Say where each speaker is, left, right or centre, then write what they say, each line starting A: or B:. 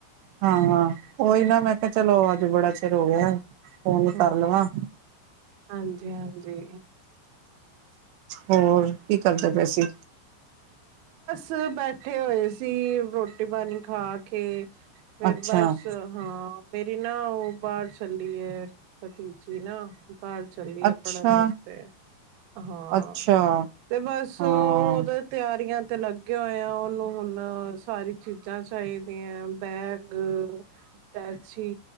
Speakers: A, on the right (about 85°); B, on the right (about 75°).
A: ਹਾਂਾਂ ਉਹੀ ਨਾ ਮੈਂ ਕਿਹਾ ਚਲੋ ਅੱਜ ਬੜਾ ਚਿਰ ਹੋ ਗਿਆ ਫੋਨ
B: ਹੂੰ।
A: ਕਰ ਲਵਾਂ
B: ਹਾਂਜੀ-ਹਾਂਜੀ,
A: ਹੋਰ ਕੀ ਕਰਦੇ ਪੇ ਸੀ
B: ਬ ਬੈਠੇ ਹੋਏ ਸੀ ਰੋਟੀ ਪਾਣੀ ਖਾ ਕੇ ਫਿਰ
A: ਅੱਛਾ
B: ਬਸ ਹਾਂ ਮੇਰੀ ਨਾ ਉਹ ਬਾਹਰ ਚੱਲ ਰੀ ਹੈ ਭਤੀਜੀ ਨਾ ਘਰ ਚੱਲੀ
A: ਅੱਛਾ,
B: ਪੜ੍ਹਨ ਵਾਸਤੇ ਹਾਂ
A: ਅੱਛਾ,
B: ਤੇ ਬਸ
A: ਹਾਂ,
B: ਉਹ ਉਹਦਾ ਤਿਆਰ ਤਿਆਰੀ ਤੇ ਲੱਗੇ ਹੋਏ ਆ ਉਹਨੂੰ ਹੁਣ ਸਾਰੀ ਚੀਜ਼ਾਂ ਚਾਹੀਦੀਆਂ ਬੈਗ ਟੈਚੀ